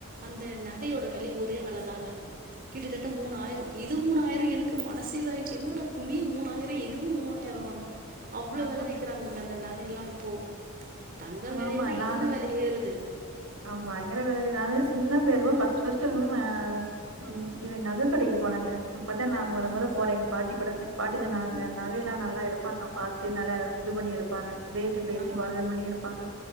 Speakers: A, on the right; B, on the right.
A: அந்த நகையோட வெலையும் ஒரு ஒரே வெல தாங்க கிட்டத்தட்ட மூணாயிரம் இது மூணாயிர எனக்கு மனசே இதாய்ச்சு என்னடா துணியும் மூணாயிரம் இதுவும் மூவாயிர அப்ற வந் அவ்ளோ
B: ஆமா,
A: வெல விக்கிறாங்க அந்த ந எல்லாம் இப்போ தங்க வெலைய
B: ஆமா
A: விட
B: நானு
A: இதுவு வெல ஏறுது
B: ஆ பயங்கர வெலை நானு சின்ன பிள்ளையாருக்கும்போ ஃபஸ்ட் ஃபஸ்ட்டு உம் அ அம் இது நக கடைக்கி போனோங்க அ அப்பதா நா
A: ம்
B: மொத மொத போறே எங்க பாட்டி கூட அ பாட்டிதா நா நெ நகையில்லா நல்லா எடுப் ப்பாங்க பாத்து நல்ல இது பண்ணி எடுப்பாங்க ரேட்டு பேசி
A: ஆ
B: பார்கேன் பண்ணி எடுப் ப்பாங்க